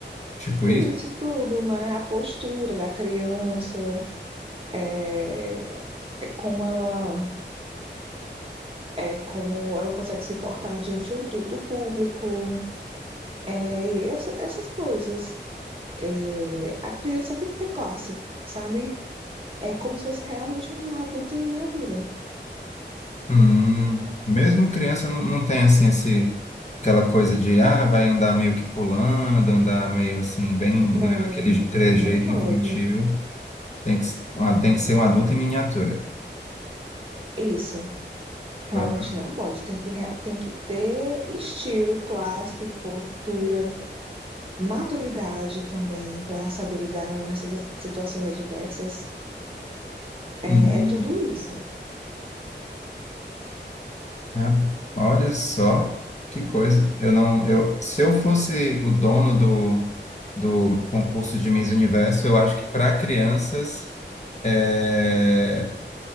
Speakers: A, on the left (about 40°); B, on the right (about 30°).
A: tipo
B: Isso tudo, né? A postura da criança, é, é como ela é como ela consegue se portar diante do, do público, é, e essa- essas coisas. É, a criança tem que ter classe, sabe? É como se fosse realmente um adulto em miniatura.
A: Hum, mesmo criança não, não tem assim esse aquela coisa de ah, vai andar meio que pulando, andar meio assim, bem,
B: Não,
A: né, aquele trejeito
B: não pode.
A: infantil. Tem que, s- ah, tem que ser um adulto em miniatura.
B: Isso, realmente
A: <laughs> Pra-
B: não pode. Tem que, rea- tem que ter estilo, classe, postura. maturidade também para saber lidar nessas situações adversas. É,
A: Uhum.
B: é tudo isso.
A: Ah, Olha só que coisa. Eu não, eu, se eu fosse o dono do, do concurso de Miss Universo, eu acho que para crianças eh,